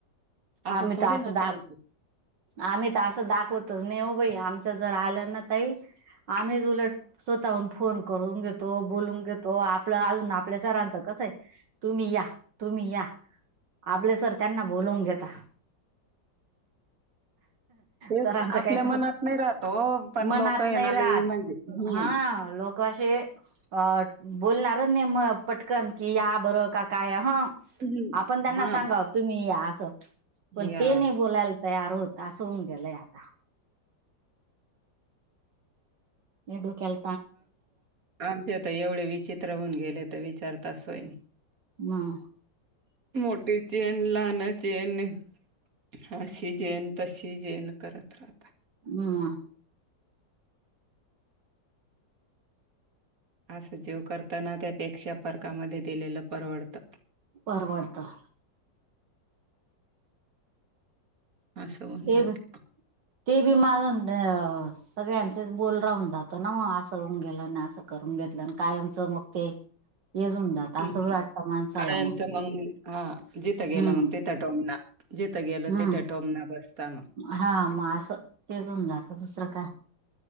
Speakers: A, on the right; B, on the right.
A: असं
B: आम्ही
A: थोडे
B: तर
A: ना
B: दाख
A: चालतो.
B: आम्ही तर असं दाखवतच नाही हो बाई, आमचं जर आलं ना तही आम्हीज उलट स्वतःहून फोन करून घेतो, बोलून घेतो आपलं अजून आपल्या सरांचं कसं आहे? तुम्ही या तुम्ही या आपले सर त्यांना बोलवून घेता.
A: तेच
B: सरांच
A: आपल्या
B: काही
A: मनात
B: तर
A: नाही राहत ओ, पण
B: मनात
A: लोकं आहे
B: नाही
A: ना
B: राहत
A: लई म्हणजे हं,
B: हा लोक तो असे अ बोलणारच नाही म पटकन की या बरं काका या ह.
A: हं.
B: आपण त्यांना
A: हां,
B: सांगावत तुम्ही या असं, पण
A: हे
B: ते
A: असं.
B: नाही बोलायला तयार होत, अस होऊन गेलय आता. मी डोक्याल
A: आमचे तर एवढे विचित्र होऊन गेले तर विचारत असोय.
B: मग.
A: मोठी चेन लहाना चेन हे. हा अशी जेन तशी जेन करत राहता.
B: हम्म.
A: असं जीव करताना त्यापेक्षा पर्कामध्ये दिलेलं परवडतं.
B: परवडतं.
A: ह अस होून
B: ते
A: जात. कच
B: ते बी मारून दे. सगळ्यांचेच बोल राहून जातो ना मग, असं होऊन गेलं ना असं करून घेतलं आणि कायमचं मग ते. येजून जात.
A: ह
B: असं
A: ह
B: वाटतं माणसाला
A: कायचचा
B: मग
A: <unintelligible> हा जिथं गेलं
B: हम्म
A: मग तिथं टोमन, जिथं गेलं
B: हम्म
A: तिथं टोमन बसत मग.
B: हा मग असं, तेच होऊन जात दुसरं काय.